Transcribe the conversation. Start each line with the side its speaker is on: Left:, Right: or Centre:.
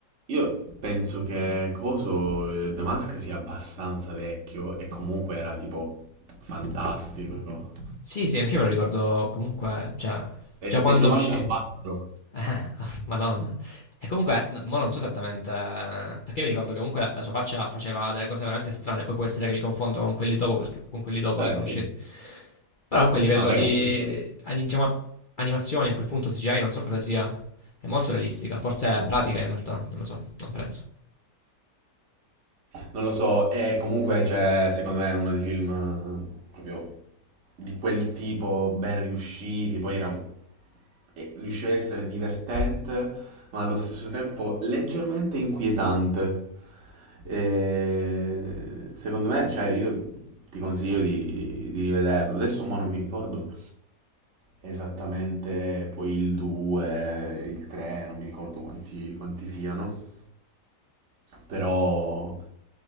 Right: io penso che Coso eh, The Mask sia abbastanza vecchio e comunque era tipo fantastico.
Left: Sì, sì, anch'io me lo ricordo comunque, cioè,
Right: È
Left: già
Right: del
Left: quando
Right: 94.
Left: uscì. <laughs> Eh, Madonna. E comunque, n- mo non so esattamente, eh, perché mi ricordo che comunque la sua faccia faceva delle cose veramente strane, poi può essere che mi confondo con quelli dopo, perché- con quelli dopo
Right: Eh
Left: che sono usciti.
Right: sì.
Left: Però comunque a livello
Right: Ah, Vabbè,
Left: di
Right: comunque c'è.
Left: ani- diciamo, animazioni a quel punto CGI non so cosa sia, è molto realistica, forse è
Right: Mm.
Left: pratica in realtà, non lo so, non penso.
Right: Non lo so, e comunque cioè, secondo me è uno dei film eh, proprio di quel tipo ben riusciti, poi era un- e riusciva a essere divertente, ma allo stesso tempo leggermente inquietante. E secondo me, cioè, io ti consiglio di, di rivederlo. Adesso mo non mi ricordo esattamente poi il 2, il 3, non mi ricordo quanti, quanti siano. Però